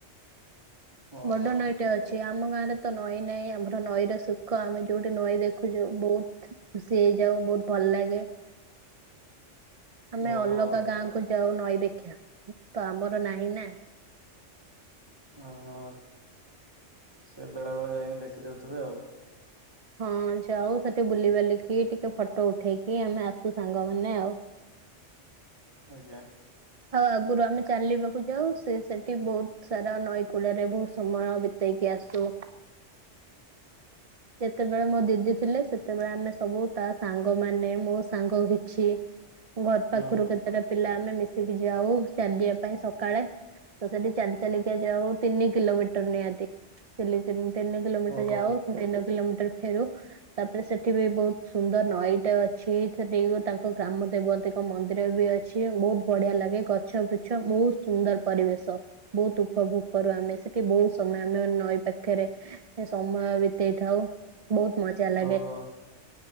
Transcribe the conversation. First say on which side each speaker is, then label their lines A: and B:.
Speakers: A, on the right; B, on the right.
A: ଓହୋ
B: ବଡ଼ ନଈ ଟେ ଅଛି ଆମ ଗାଁରେ ତ ନଈ ନାଇଁ ଆମର ନଈର ସୁଖ ଆମେ ଯୋଉଠି ନଈ ଦେଖୁଚୁ ବହୁତ୍‌ ଖୁସି ହେଇଯାଉ ବହୁତ ଭଲ ଲାଗେ। ଆମେ
A: ଓହୋ
B: ଅଲଗା ଗାଁ କୁ ଯାଉ ନଈ ଦେଖିବାକୁ ତ ଆମର ନାହିଁ ନା।
A: ଓ ହ। ସେ ବେଳେବେଳେ ଯାଇ କି ଦେଖି ଦେଉଥିବେ ଆଉ।
B: ହଁ ଯାଉ ସେଠି ବୁଲିବାଲିକି ଟିକେ ଫଟୋ ଉଠେଇକି ଆମେ ଆସୁ ସାଙ୍ଗମାନେ ଆଉ।
A: ଆଜ୍ଞା।
B: ଆଉ ଆଗରୁ ଆମେ ଚାଲିବାକୁ ଯାଉ ସେ ସେଠି ବହୁତ ସାରା ନଈକୂଳରେ ବହୁତ ସମୟ ବି ତେଇକି ଆସୁ। ଯେତେବେଳେ ମୋ ଦିଦି ଥିଲେ ସେତେବେଳେ ଆମେ ସବୁ ତା ସାଙ୍ଗ ମାନେ ମୋ ସାଙ୍ଗ କିଛି। ଘର
A: ହୁଁ
B: ପାଖରୁ କେତେଟା ପିଲା ଆମେ ମିଶିକି ଯାଉ ଚାଲିବା ପାଇଁ ସକାଳେ। ତ ସବୁ ଚାଲି ଚାଲିିକା ଯାଉ ତିନି କିିଲୋମିଟର ନିହାତି। ତିନି ତିନ୍ ତିନି କିଲୋମିଟର
A: ଓହୋ
B: ଯାଉ ପୁଣି ତିନି କିଲୋମିଟର ଫେରୁ। ତାପରେ ସେଠି ବି ବହୁତ ସୁନ୍ଦର ନଈଟେ ଅଛି ସେଠି ତାଙ୍କ ଗ୍ରାମ ଦେବତୀ ଙ୍କ ମନ୍ଦିର ବି ଅଛି। ଅଛି ବହୁତ ବଢିଆ ଲାଗେ ଗଛ ବୃଛ ବହୁତ ସୁନ୍ଦର ପରିବେଶ। ବହୁତ ଉପଭୋଗ କରୁ ଆମେ ସେଠି ବହୁତ ସମୟ ଆମେ ନଈ ପାଖରେ। ଆମେ ସମୟ ବିତେଇଥାଉ। ବହୁତ ମଜା। ଲାଗେ
A: ଓହୋ